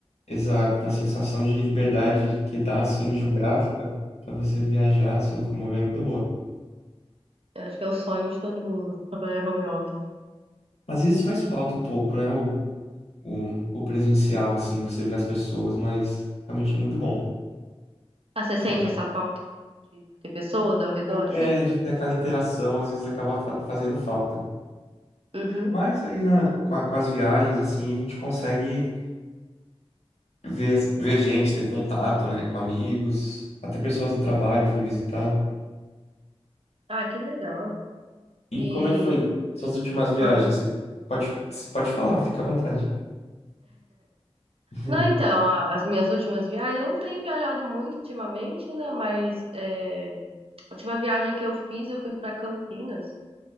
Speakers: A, on the left; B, on the right.
A: Exato, da sensação de liberdade que dá, assim, geográfica, para você viajar, se locomover, é muito boa.
B: Eu acho que é o sonho de todo mundo, trabalhar home office.
A: Às vezes faz falta um pouco, né? O, o, o presencial, assim, você vê as pessoas, mas realmente é muito bom.
B: Ah, você
A: Tem
B: sente
A: ba-
B: essa falta de, de, de pessoas ao redor,
A: É,
B: assim?
A: de ter aquela interação, às vezes acaba fa- fazendo falta.
B: Uhum.
A: Mas aí na, com, a- com as viagens, assim, a gente consegue ver, as- ver gente, ter contato, né, com amigos, até pessoas do trabalho eu fui visitar.
B: Ah, que legal.
A: E
B: E...
A: como é que foi suas últimas viagens?
B: hum.
A: Você pode, pode falar, fica à vontade. <laughs> Uhum.
B: Não, então, a- as minhas últimas viagens, eu não tenho viajado muito ultimamente, né? Mas é, a última viagem que eu fiz, eu fui pra Campinas.